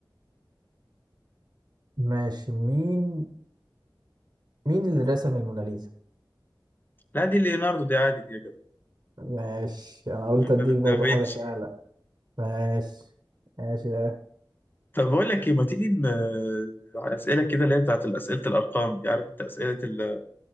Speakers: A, on the right; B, on the left.
A: ماشي مين مين اللي رسم الموناليزا
B: لا دي ليوناردو دي عادي دي يا جدع
A: ماشي انا قلت اديك
B: ده
A: برضه
B: دافنشي
A: حاجه سهله ماشي ماشي
B: طب أقول لك إيه ما تيجي ن- على أسئلة كده اللي هي بتاعت أسئلة الأرقام دي عارف أنت أسئلة ال-